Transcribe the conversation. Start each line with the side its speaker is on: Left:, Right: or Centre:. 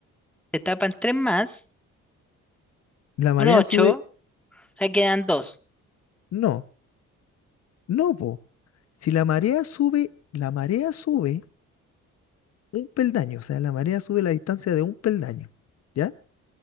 Centre: Se tapan tres más.
Left: la marea
Centre: Son ocho.
Left: sube.
Centre: Ya quedan dos.
Left: No. No, po. Si la marea sube, la marea sube un peldaño, o sea, la marea sube la distancia de un peldaño, ¿ya?